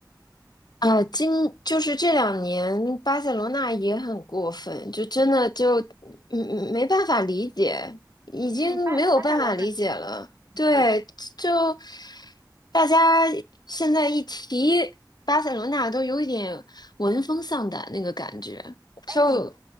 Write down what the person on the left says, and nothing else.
啊，今就是这两年巴塞罗那也很过分，就真的就嗯嗯没办法理解，已经没有办法理解了。
对，
就大家现在一提巴塞罗那，都有一点闻风丧胆那个感觉。
就